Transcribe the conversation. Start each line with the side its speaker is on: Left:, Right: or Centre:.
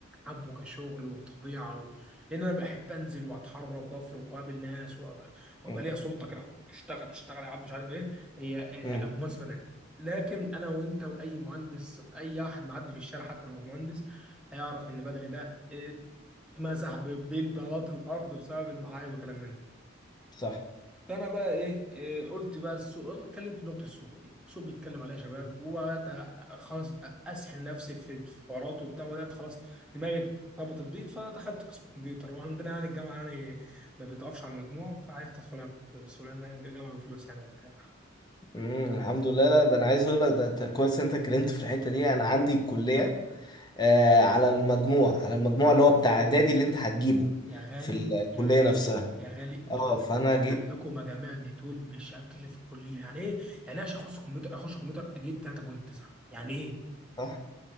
Centre: حبه كشغل وطبيعه و... لان انا بحب انزل واتحرك وافرك واقابل ناس وابقى وابقى
Left: مم.
Centre: ليا سلطه كده اشتغل اشتغل يا عم مش عارف ايه هي هي
Left: مم.
Centre: مهندس مدني لكن انا وانت واي مهندس اي احد معدي في الشارع حتى لو مش مهندس هيعرف ان مدني ده اتمسح ب- بالبلاط الارض بسبب المعاهد وكلام من ده
Left: صح
Centre: فانا بقى ايه, إيه قلت بقى السوق اتكلمت بلغه السوق السوق بيتكلم عليها يا شباب وبدات خلاص اسحل نفسي في في حواراته وبتاع وبدات خلاص دماغي ارتبطت بيه فدخلت قسم الكمبيوتر وعندنا يعني الجامعه يعني ما بتقفش على المجموع فعرفت ادخلها بسهوله لان الجامعه بفلوس يعني وبتاع
Left: مم. الحمد لله لا ده انا عايز اقول لك ده انت كويس إن انت اتكلمت في الحتة دي انا عندي الكلية آه على المجموع على المجموع اللي هو بتاع اعدادي اللي انت هتجيبه
Centre: يا غالي
Left: في الكلية
Centre: يا غالي
Left: نفسها
Centre: يا غالي انتوا
Left: اه
Centre: عندكم
Left: فانا جيت
Centre: عندكم مجاميع دي طول بشكل في الكليه يعني ايه يعني ايه عشان اخش كمبيوتر اخش كمبيوتر اجيب 3.9 يعني ايه
Left: صح